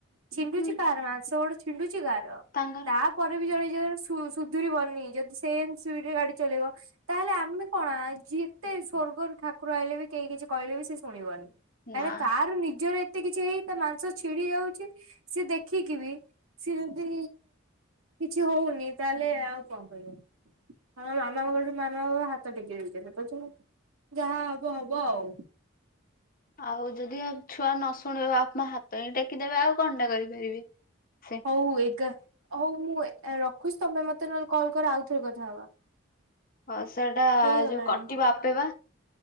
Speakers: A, on the right; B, on the left.
A: ଛିଣ୍ଡୁଚି
B: ହୁଁ
A: କାହାର ମାଂସ ଗୋଡେ ଛିଣ୍ଡୁଚି କାହାର?
B: ତାଙ୍କର
A: ତା ପରେ ବି ଜଣେ ଯଣେ ସୁଧୁରି ବନି ଯଦି ସେମ୍ ସ୍ପିଡ ରେ ଗାଡି ଚଲେଇବ ତାହେଲେ ଆମେ କଣ ଯେତେ ସ୍ଵର୍ଗରୁ ଠାକୁର ଆଇଲେ ବି କେହି କିଛି କହିଲେ ବି ସେ ଶୁଣିବନି।
B: ନାଁ।
A: ଆରେ ନିଜର ଏତେ କିଛି ହେଇ ତା ମାଂସ ଛିଡି ଯାଉଚି ସିଏ ଦେଖିକି ବି ସେ ଯଦି କିଛି ହଉନି ତାହେଲେ ଆଉ କଣ କରିବ? ହଁ ମାମା <unintelligible> ମାମା ବା ହାତ ଟେକି ଦେଇଚନ୍ତି କହୁଚନ୍ତି ଯାହା ହବ ହବ ଆଉ।
B: ଆଉ ଯଦି ଆଉ ଛୁଆ ନ ଶୁଣିବ ବାପ ମା ହାତ ହିଁ ଟେକିଦବେ ଆଉ କଣ ଟା କରିପାରିବେ ସେ।
A: ହଉ ଏଗା ହଉ ମୁଁ ରଖୁଛି ତମେ ମତେ ନହେଲେ କଲ କର ଆଉଥରେ କଥା ହବା।
B: ହ ସେଇଟା
A: ହେଇଗଲାଣି।
B: ଯୋଉ କଟିବା ଆପେ ବା।